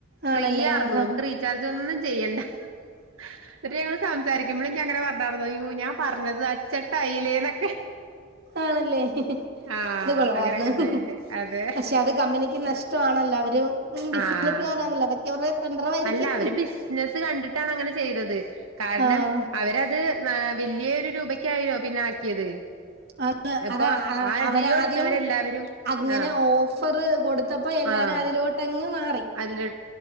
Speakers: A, on the right; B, on the right.
A: ഫ്രീയാർന്നു
B: ആണല്ലേ ആ ആ
A: നമുക്ക് റീചാർജ് ഒന്നും ചെയ്യണ്ട എന്നിട്ട് ഞങ്ങള് സംസാരി ക്കുമ്പളും ഞാനങ്ങനെ പറഞ്ഞായിരുന്നു അയ്യോ ഞാൻ പറഞ്ഞത് അച്ചട്ടായില്ലേ എന്നക്കെ
B: ആണല്ലേ
A: ആഹ്
B: അത് കൊള്ളായിരുന്നു
A: അങ്ങനെയൊക്കെ ഇണ്ടായിണ്ട് അത്
B: പക്ഷെ അത് കമ്പനിക്ക് നഷ്ടമാണല്ലോ അവര് ബിസിനസുകാരാണല്ലോ
A: ആഹ്
B: അതൊക്കെ അവരുടെ തന്ത്രമായിരിക്കും
A: അല്ല അവര് ബിസിനസ്സ് കണ്ടിട്ടാണ് അങ്ങനെ ചെയ്തത് കാരണം
B: ആ
A: അവരത് ആ വലിയൊരു രൂപയ്ക്കായിലൊ പിന്നെ ആക്കിയത്
B: അന്ന്
A: ഇപ്പൊ
B: അതാ ആ അവരാദ്യം
A: ജിയോ എടുത്തവരെല്ലാവരും
B: അങ്ങനെ
A: ആഹ്
B: ഓഫറ് കൊടുത്തപ്പോ എല്ലാരും
A: ആഹ്
B: അതിലോട്ടങ്ങ് മാറി
A: അതില്